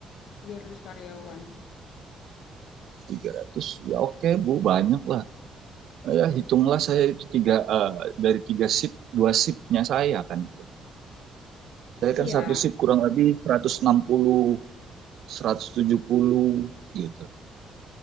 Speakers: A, on the left; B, on the right.
A: 300 karyawan.
B: tiga ratus Ya oke bu, banyak lah. Ya hitunglah saya itu tiga, eh, dari tiga sip, dua sipnya saya kan gitu. Saya
A: Iya.
B: kan satu sip kurang lebih seratus seratus enam puluh seratus tujuh puluh gitu